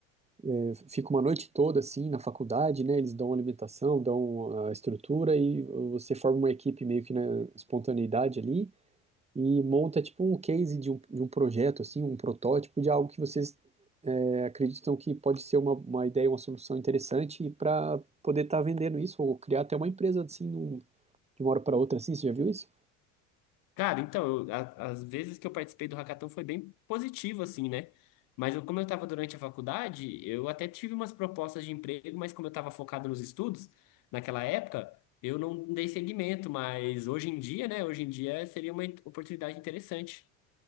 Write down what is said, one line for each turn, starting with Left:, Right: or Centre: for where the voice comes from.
Right: é, Fica uma noite toda, assim, na faculdade, né? Eles dão alimentação, dão a estrutura e você forma uma equipe meio que na espontaneidade ali. e monta tipo um case de um, de um projeto, assim, um protótipo de algo que vocês é, acreditam que pode ser uma, uma ideia, uma solução interessante para poder estar vendendo isso ou criar até uma empresa assim num- de uma hora para outra, assim, você já viu isso?
Left: Cara, então, eu, a- as vezes que eu participei do hackathon foi bem positivo, assim, né? Mas eu, como eu estava durante a faculdade, eu até tive umas propostas de emprego, mas como eu estava focado nos estudos, naquela época, eu não dei seguimento. Mas hoje em dia, né? Hoje em dia seria uma oportunidade interessante.